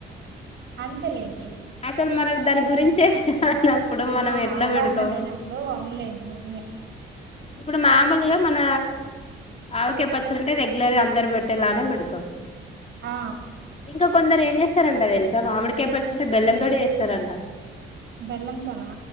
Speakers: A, on the right (about 65°); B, on the left (about 30°).
A: అంతేలేండి
B: అసలు మనకు దాని గురించే అప్పుడు మనం
A: ఆ
B: ఎట్ల
A: అవగాహన
B: పెడతాం
A: లేనప్పుడు అవునులేండి నిజమే
B: ఇప్పుడు మా నార్మల్ గా మన ఆవకాయ పచ్చడి రెగ్యులర్ గా అందరు పెట్టేలానే పెడతవ్
A: ఆ
B: ఇంక కొందరు ఏం చేస్తారంట తెలుసా మామిడికాయ పచ్చడ బెల్లం తోటి చేస్తరంట
A: బెల్లం తోనా